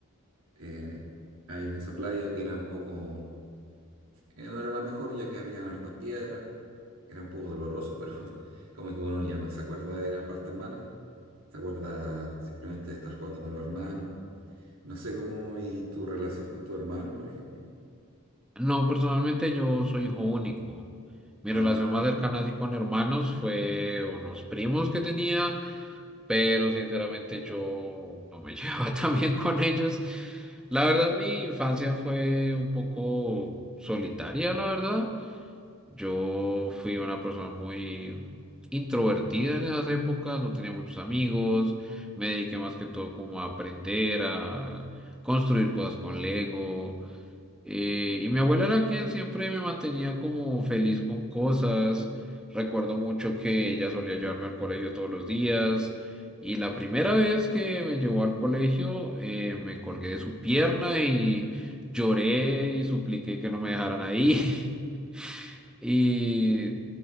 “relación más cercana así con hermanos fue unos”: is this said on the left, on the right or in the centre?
Centre